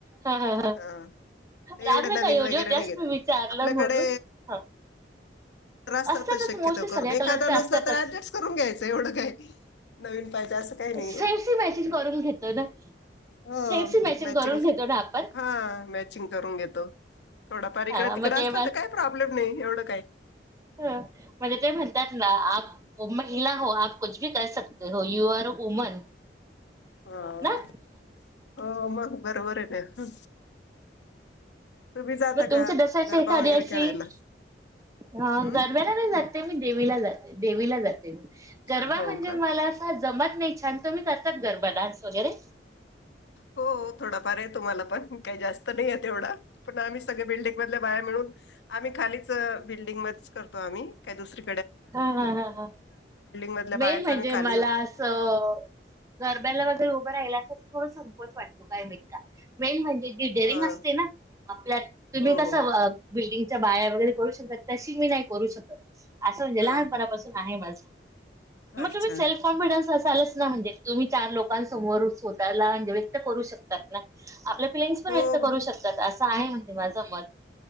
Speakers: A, on the right (about 20°); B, on the left (about 80°).
A: हं हं
B: हा
A: राग
B: एवढे नवीन
A: नका येऊन
B: वगैरे
A: देऊ. जस्ट
B: नाही घेत.
A: मी विचारलं
B: आपल्याकडे
A: म्हणून. हा
B: कलर असतं
A: असतातच
B: शक्यतो
A: मोस्टली सगळ्या
B: करून एखादं
A: कलरच्या
B: नसलं
A: असतातच.
B: तर ऍडजस्ट करून घ्यायचं एवढं काय. नवीन पाहिजे असं काही नाही,
A: शेडशी मॅचिंग करून घेतो ना.
B: हो
A: शेडशी
B: मॅचिंग,
A: करून घेतो ना आपण.
B: हा मॅचिंग करून घेतो. थोडंफार इकडे
A: हा
B: तिकडे
A: मग ते
B: असलं तर, काही प्रॉब्म नाही. एवढं काय?
A: ह म्हणजे ते म्हणतात ना महिला हो आप कुछ भी कर सकते हो. यू आर उमन
B: हो
A: ना?
B: हो मग बरोबर आहे ना तुम्ही जाता
A: मग तुमच्या
B: का
A: दशची
B: गरबा
A: एखाद्या
B: वगैरे
A: अशी
B: खेळायला?
A: <unintelligible> गरब्याला
B: हम्म
A: नाही जाते, मी देवीला जाते. देवीला जात
B: अच्छा
A: गरबा
B: हो
A: म्हणजे
B: का?
A: मला असा जमात नाही छान, तुम्ही करता का गरबा डान्स वगैरे?
B: हो थोडाफार आहे तुम्हाला पण काही जास्त नाही येवढा पण आम्ही सगळ्या बिल्डिंग मधल्या बाया मिळून आम् खालीच बिल्डंगमध्येच करतो आम्ही, काहि दुसरी
A: ह ह ह
B: मधल्या बायाच
A: मेन म्हणजे
B: आम्ही खाली
A: मला
B: होत.
A: असं, गरब्याला वगैरे उभं राहिला अस थोड संकोच वाटतो, कायमाहित का? मेन म्हणजे एक जे डेरिंग
B: हा
A: असते ना, आपल्यात तुम्ही
B: हो
A: कसं
B: हो
A: मग बिल्डिंग च्या बाया वगैरे करू शकतात, तशी मी नाही करू शकत. असं म्हणजे
B: हा
A: लहानपणापासून आहे माझं.
B: हा
A: मग
B: अच्छा
A: तुम्ही सेल्फ कॉन्फिडन्स असायलाच नही म्हणजे तुम्ही चार लोकांसमोर स्वतःला म्हणजे व्यक्त करू शकतात ना. आपल्या फिलिंग्स पण
B: हो
A: व्यक्त करू
B: हो
A: शकतात असं आहे माझं मत.